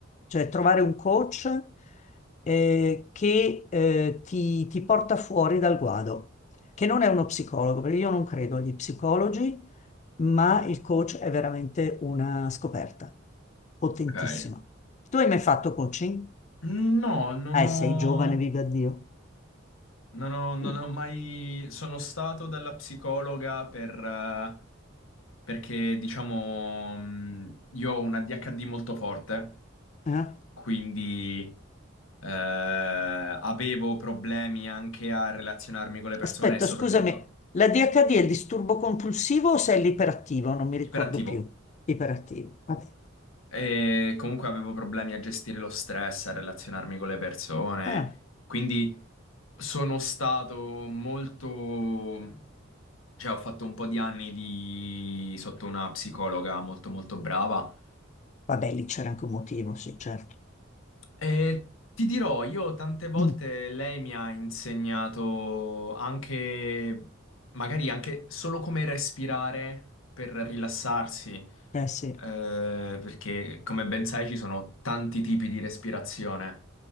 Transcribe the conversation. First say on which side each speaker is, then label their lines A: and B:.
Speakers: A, on the left; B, on the left.
A: cioè trovare un coach eh, che eh, ti, ti porta fuori dal guado che non è uno psicologo, perché io non credo agli psicologi, ma il coach è veramente una scoperta potentissima.
B: Ok.
A: Tu hai mai fatto coaching?
B: No, non
A: Ah,
B: ho,
A: sei giovane, viva Dio.
B: non ho- non
A: Mm,
B: ho mai... Sono stato dalla psicologa per, eh, perché, diciamo, mh, io ho un ADHD molto forte,
A: eh?
B: quindi Eh, avevo problemi anche a relazionarmi con le persone
A: Aspetta,
B: e soprattutto
A: scusami, la DHD è il disturbo compulsivo o se è l'iperattivo? Non mi ricordo
B: iperattivo.
A: più. Iperattivo, vabbè.
B: E comunque avevo problemi a gestire lo stress, a relazionarmi con le persone.
A: Ah,
B: Quindi sono stato molto... Cioè, ho fatto un po' di anni di... sotto una psicologa molto molto brava
A: vabbè, lì c'era anche un motivo, sì, certo.
B: Eh, ti dirò, io tante volte
A: Mm.
B: lei mi ha insegnato anche, magari anche solo come respirare per rilassarsi, eh,
A: Eh sì.
B: perché come ben sai ci sono tanti tipi di respirazione.